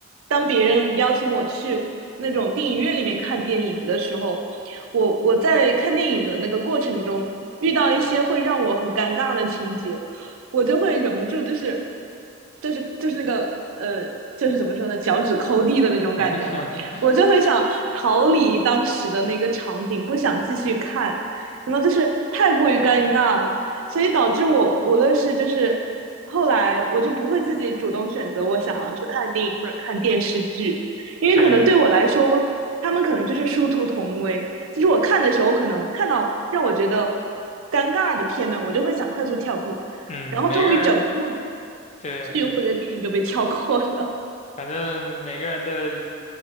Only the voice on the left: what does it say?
<laughs>
对，
嗯，
每个人对，
反正每个人的